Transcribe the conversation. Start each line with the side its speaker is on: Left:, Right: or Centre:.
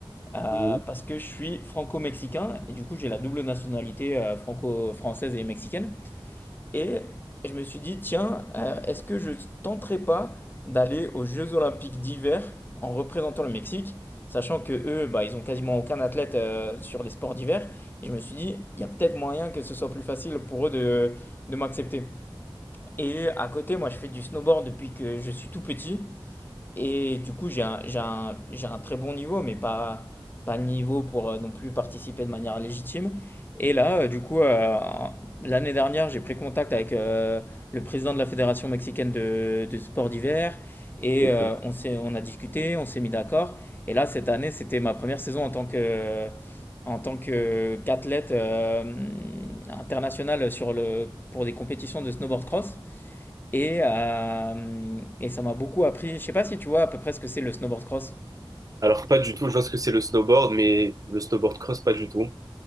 Left: Euh,
Right: Mhm.
Left: parce que je suis franco-mexicain et du coup j'ai la double nationalité euh, franco-française et mexicaine. Et je me suis dit, tiens, euh, est-ce que je tenterais pas d'aller aux Jeux Olympiques d'hiver en représentant le Mexique, sachant que eux, bah, ils ont quasiment aucun athlète euh, sur les sports d'hiver. Et je me suis dit, il y a peut-être moyen que ce soit plus facile pour eux de, de m'accepter. Et à côté, moi je fais du snowboard depuis que je suis tout petit. Et du coup, j'ai un, j'ai un- j'ai un très bon niveau, mais pas, pas le niveau pour euh, non plus participer de manière légitime. Et là, euh, du coup, euh, l'année dernière, j'ai pris contact avec euh, le président de la Fédération mexicaine de, de sport d'hiver. Et
Right: Ok.
Left: euh, on s'est, on a discuté, on s'est mis d'accord. Et là, cette année, c'était ma première saison en tant que, en tant que, qu'athlète euh, international sur le, pour des compétitions de snowboard cross. Et, euh, et ça m'a beaucoup appris. Je sais pas si tu vois à peu près ce que c'est le snowboard cross.
Right: Alors, pas du tout, je vois ce que c'est le snowboard, mais le snowboard cross, pas du tout.